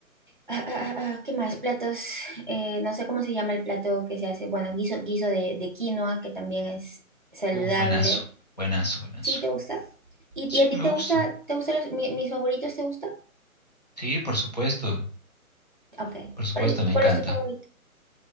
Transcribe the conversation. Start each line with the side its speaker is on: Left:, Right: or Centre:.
Right: ah, ah, ah, ah, ¿qué más? Platos, eh, no sé cómo se llama el plato que se hace. Bueno, guiso, guiso de, de quinoa, que también es saludable.
Left: Uh, buenazo, buenazo, buenazo.
Right: ¿Sí te gusta? ¿Y,
Left: Sí,
Right: y a ti
Left: me
Right: te
Left: gusta.
Right: gusta, te gustan los- mi- mis favoritos, te gusta?
Left: Sí, por supuesto,
Right: Ok.
Left: por supuesto,
Right: ¿Cuál, es
Left: me
Right: cuál
Left: encanta.
Right: es tu favorito?